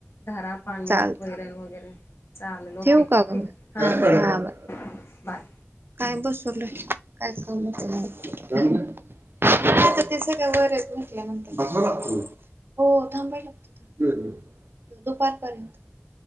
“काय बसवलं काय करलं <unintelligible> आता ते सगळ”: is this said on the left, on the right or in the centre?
Right